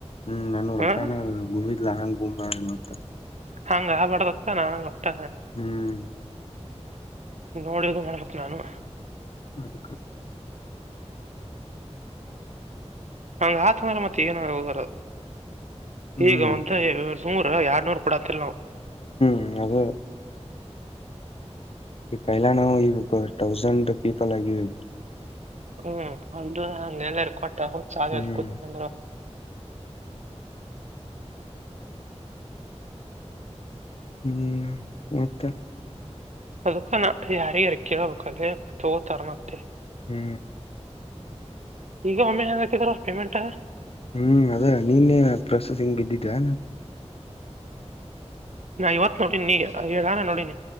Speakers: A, on the left; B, on the right.
A: ಹ್ಮ್ ನಾನು
B: ಹ್ಮ್
A: ರೊಕ್ಕಾನ ಗುಮಿದ್ಲಾ ಹಾಂಗ್ ಗುಮ್ ಬ್ಯಾಡ್ರಿ ಮತ್ತ
B: ಹಾ ಗಾಬಡ್ ದತ್ತ ನಾನು ಗೊತ್ತ
A: ಹ್ಮ್
B: ನೋಡದು ಮಾಡ್ಬೇಕ್ ನಾನು.
A: ಅದುಕ್ಕ
B: ಹಂಗ್ ಆತು ಅಂದ್ರ್ ಮತ್ತೇನು ಹೋರ್ ಹೋಗರು.
A: ಹ್ಮ್
B: ಈಗ ಒಂದ ನೂರ ಯರ್ನೂರ್ ಕೋಡಾತ್ತಿಲ್ ನಾವು.
A: ಹ್ಮ್ ಅದೆ ಈ ಫೈಲನು ಇವು ಹ ಥೌಸಂಡ್ ಪೀಪಲ್ ಆಗಿವಿ.
B: ಹ್ಮ್ ಅದು ನ ಎಲರ್ ಕೊಟ್ಟ ಹ <unintelligible>
A: ಹ್ಮ್
B: ಕೂತಂದ್ರ್
A: ಹ್ಮ್ ಮತ್ತ
B: ಅದಕ್ಕಾನ ಯಾರಿ ಯಾರ ಕೇಳಬೇಕಾದ್ರೆ ತಗೋತಾರ ಮತ್ತೆ
A: ಹ್ಮ್
B: ಈಗ ಒಮ್ಮೆ ನಾರ್ ಹಾಕಿದ್ರ ಪೇಮೆಂಟ
A: ಹ್ಮ್ ಅದೆ ನೀನ್ನೇ ಪ್ರೊಸೆಸಿಂಗ್ ಬಿದ್ದಿದೆ.
B: ನಾ ಇವತ್ ನೋಡಿ ನೀ ಇವ್ಗಾನ ನೋಡಿನಿ.